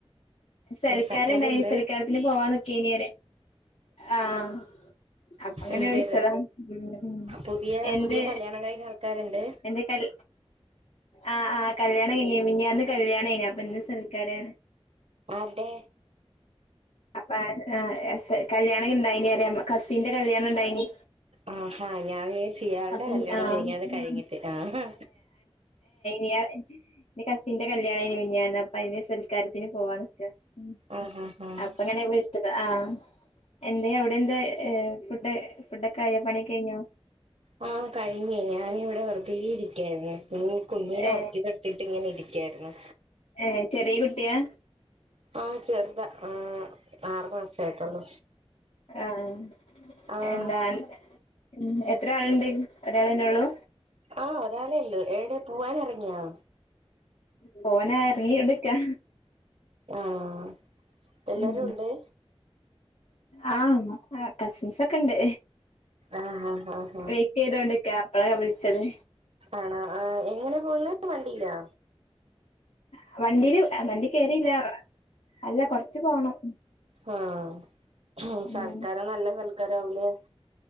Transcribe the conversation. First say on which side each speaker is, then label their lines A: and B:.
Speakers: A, on the left; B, on the right.
A: സൽക്കാരം
B: സർക്കാരുണ്ട്
A: ഉണ്ടായി സൽക്കാരത്തിന് പോവാൻ നിൽക്കെയാണ് ആഹ് അപ്പം ഇങ്ങനെ
B: എന്ത്
A: വിളിച്ചതാണ് ഉം ഉം
B: പുതിയ
A: എന്ത്
B: പുതിയ കല്യാണം കഴിഞ്ഞ ആൾക്കാരുണ്ട്
A: എന്തേക്കൽ ആഹ് ആഹ് കല്യാണം കഴിഞ്ഞ് മിനഞ്ഞാന്ന് കല്യാണം കഴിഞ്ഞ് അപ്പൊ ഇന്ന് സൽക്കാരാണ്
B: അതെ
A: അപ്പം ആ സ കല്യാണം ഇണ്ടായിനി അറിയാം കസിന്റെ കല്യാണം ഇണ്ടായിനി
B: ആഹ് ഹാ ഞാൻ വിചാരിച്ചു ഇയ്യാളുടെ
A: അപ്പൊ
B: കല്യാണം
A: ആഹ്
B: മെനഞ്ഞാന്ന് കഴിഞ്ഞിട്ട് ആഹ് ഹാ
A: ഇയാ ന്റെ കസിന്റെ കല്ല്യാണേനു മിഞ്ഞാന്ന് അ പ്പയിന് സൽക്കാരത്തിന് പോവാൻ ന്ക്കാ ഉം
B: ആഹ് ആഹ്
A: അപ്പങ്ങനെ വിൾ ചത് ആ എന്തേ അവിടെ എന്തേ ഏ ഫുഡ് ഫുഡ് ഒക്കെ ആയോ പണിയൊക്കഴിഞ്ഞോ
B: ആ കഴിഞ്ഞേ ഞാനിവടെ വെറുതേ ഇരിക്കായിരുന്നു ഉം കുഞ്ഞിനെ
A: ഏ
B: ഒറക്കി കെടത്തിട്ട് ഇങ്ങനെ ഇരിക്കായിരുന്നു.
A: ഏ ചെറിയ കുട്ടിയാ
B: ആ ചെറുതാ ആ ആറു മാസെ ആയിട്ടുള്ളൂ
A: ആഹ്
B: ആഹ്
A: എന്താ ഉം എത്ര ആള്ണ്ട്? ഒരാളെന്നൊള്ളൂ.
B: ആ ഒരാളെ ഉള്ളു എടെ പോവാനെറങ്ങിയോ?
A: പോവാനെർങ്ങിയോണ്ട്ക്കാ.
B: ആഹ് എല്ലാരുണ്ട്?
A: ഉം ആ ആ കസിൻസ് ഒക്കെണ്ട്
B: ആഹ് ആഹ് ആഹ്
A: വെയ്റ്റെയ്തോണ്ട്ക്കാ. അപ്പളല്ലെ വിൾച്ചത്.
B: ആണാ ആഹ് എങ്ങനെ പോവല്. വണ്ടീലൊ?
A: അ വണ്ടീല് അ വണ്ടി കേറില്ല അല്ല കൊർച്ച് പോണം. ഉം
B: ആഹ് സൽക്കാരം
A: ഉം
B: നല്ല സൽക്കാരാവുലെ.